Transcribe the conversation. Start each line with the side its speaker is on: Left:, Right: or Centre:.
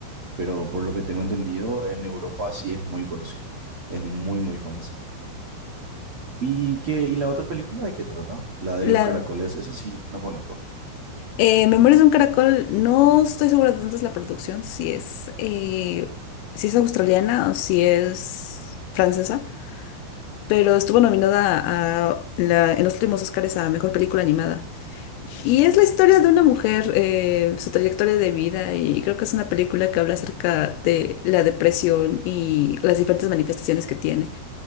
Right: Pero por lo que tengo entendido, en Europa sí es muy conocido, es muy, muy famoso. ¿Y qué, y la otra película de qué trata? La de
Left: La
Right: los caracoles, esa sí, no conozco.
Left: eh, Memorias de un caracol, no estoy segura de dónde es la producción, si es, eh, si es australiana o si es francesa, pero estuvo nominada a la- en los últimos Oscars a Mejor Película Animada. Y es la historia de una mujer, eh, su trayectoria de vida, y creo que es una película que habla acerca de la depresión y las diferentes manifestaciones que tiene.